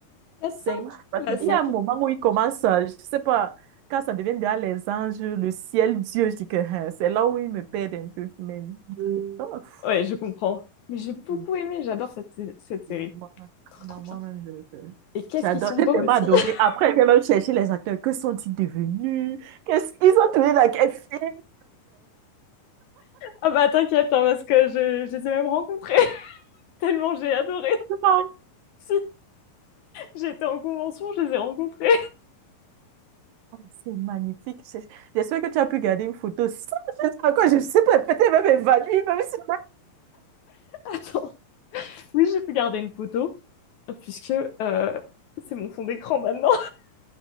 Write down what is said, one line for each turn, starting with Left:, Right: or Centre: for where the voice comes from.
Left: Quatre
Right: Cinq.
Left: cinq.
Right: Parce
Left: La
Right: que
Left: cinq
Right: Il y a un moment
Left: est cool.
Right: où il commence, à- je sais pas, quand ça devient derrière les anges, le ciel, Dieu, je dis que hein, c'est là où il me perd un peu. Mais oh, pff,
Left: Ouais, je comprends. Mais j'ai beaucoup
Right: oui,
Left: aimé, j'adore cette, cette série.
Right: oui, moi-même,
Left: Trop,
Right: non,
Left: trop bien.
Right: moi-même, je- je-
Left: Et qu'est-ce
Right: j'adore,
Left: qu'ils sont
Right: j'ai
Left: beaux
Right: tellement
Left: aussi.
Right: adoré.
Left: <laughs>
Right: Après, j'ai même cherché les acteurs. Que sont-ils devenus? Qu'est-ce qu'ils ont tourné dans quel film?
Left: Ah bah t'inquiète, hein, parce que je, je les ai même rencontrés. <laughs> Tellement j'ai adoré. <laughs>
Right: vraiment,
Left: Si, j'étais en convention, je les ai rencontrés.
Right: Ouais, C'est magnifique. J'ai- J'espère que tu as pu garder une photo sans geste encore. Je sais pas, peut-être même évanouie, même si
Left: <laughs> Attends. Oui, j'ai pu garder une photo, puisque euh, c'est mon fond d'écran maintenant.